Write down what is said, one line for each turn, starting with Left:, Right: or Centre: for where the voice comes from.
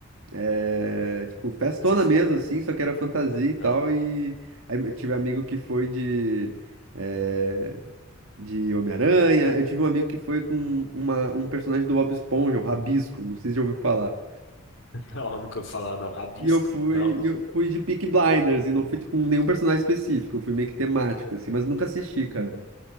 Right: É, tipo, festona
Left: Você...
Right: mesmo, assim, só que era fantasia e tal.
Left: Ah,
Right: E aí eu tive amigo que foi de, é, de Homem-Aranha. Eu tive um amigo que foi com uma, um personagem do Bob Esponja, o Rabisco, não sei se já ouviu falar.
Left: não, nunca ouvi falar, não. Rabisco?
Right: E eu fui,
Left: Não.
Right: e eu fui de Peaky Blinders, e não fui com nenhum personagem específico, eu fui meio que temático, assim, mas nunca assisti, cara.